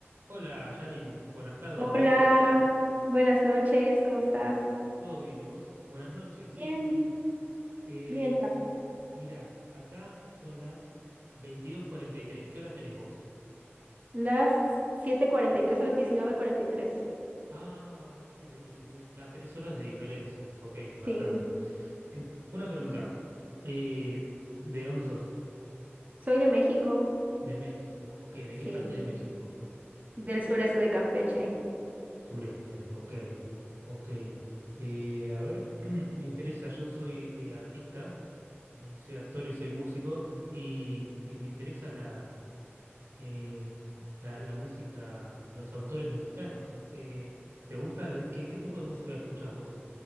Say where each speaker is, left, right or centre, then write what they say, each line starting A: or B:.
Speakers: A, on the right; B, on the right.
A: Hola, Janin. Buenas tardes,
B: Hola,
A: buenas noches.
B: buenas noches, ¿cómo estás?
A: ¿Todo bien? ¿Y vos? Buenas noches, sí.
B: Bien,
A: Que, eh,
B: bien también.
A: mirá, acá son las veintidós cuarenta y tres. ¿Qué hora tenés vos?
B: Las siete cuarenta y tres o las diecinueve cuarenta y tres.
A: Ah, 7, 8, 9. Ah, 3 horas de diferencia. Ok, bastante.
B: Sí,
A: <clears throat> Una pregunta. Eh, ¿de dónde sos?
B: soy de México,
A: De México. Ok, ¿de
B: sí,
A: qué parte de México?
B: del sureste de Campeche.
A: Sureste, ok, ok. Eh, a ver, <clears throat> me interesa, yo soy eh, artista, eh, soy actor y soy músico, y, y me, me interesa la, eh, la, la música, los autores mexicanos. Eh, ¿te gusta? la- ¿qué, qué tipo de música escuchas vos?